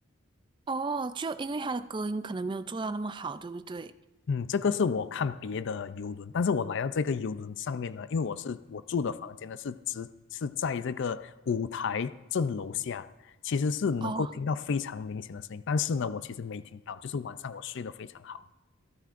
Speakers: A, on the right; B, on the left.
A: 哦，就因为它的隔音可能没有做到那么好，对不对？
B: 嗯，这个是我看别的游轮，但是我来到这个游轮上面呢，因为我是我住的房间呢是只是在这个舞台正楼下，其实是能够听到非常明显的声音，
A: 哦
B: 但是呢，我其实没听到，就是晚上我睡得非常好，